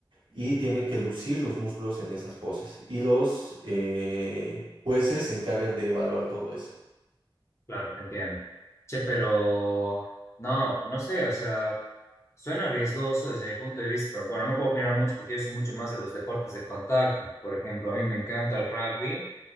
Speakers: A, on the right; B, on the left.
A: y tienen que lucir los músculos en esas poses. Y los eh, jueces se encargan de evaluar todo eso.
B: Claro, te entiendo. Che, pero no, no sé, o sea, suena riesgoso desde mi punto de vista, pero bueno, no puedo opinar mucho porque yo soy mucho más de los deportes de contacto. Por ejemplo, a mí me encanta el rugby,